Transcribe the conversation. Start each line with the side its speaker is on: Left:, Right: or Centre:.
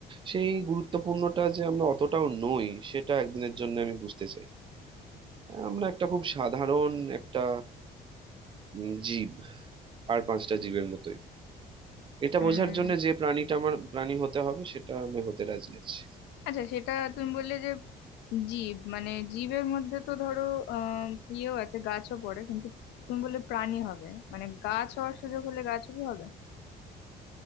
Right: সেই গুরুত্বপূর্ণটা যে আমরা অতটাও নই সেটা একদিনের জন্য আমি বুঝতে চাই আমরা একটা খুব সাধারণ একটা উম, জীব আর পাঁচটা জীবের মতোই এটা
Left: উম
Right: বোঝার জন্য যে প্রাণীটা আমার প্রাণী হতে হবে সেটা আমি হতে রাজি আছি
Left: আচ্ছা সেটা তুমি বললে যে জীব মানে জীবের মধ্যে তো ধরো আহ ইয়েও আছে গাছও পড়ে কিন্তু তুমি বললে প্রাণী হবে মানে গাছ হওয়ার সুযোগ হলে গাছও কি হবে